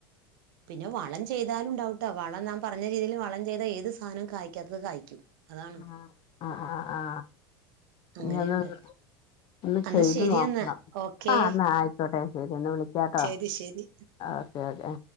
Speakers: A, on the right (about 65°); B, on the left (about 40°).
A: പിന്നെ വളം ചെയ്താലുണ്ടാവുട്ടോ വളം നാം പറഞ്ഞ രീതീല് വളം ചെയ്ത ഏത് സാനും കായ്ക്കാത്തത് കായ്ക്കും. അതാണ്
B: ആ ആ ആ ആ
A: അങ്ങനെയുണ്ട്
B: ഇന്യതൊന്ന് ഒന്ന്
A: എന്നാ
B: ചെയ്ത്
A: ശരി
B: നോക്കണം
A: എന്നാ ഓക്കേ
B: ആ ന്നാ അയ്ക്കോട്ടെ ശെരിന്ന വിളിക്കാട്ടോ
A: ശരി ശരി
B: ഓക്കെ ഓക്കെ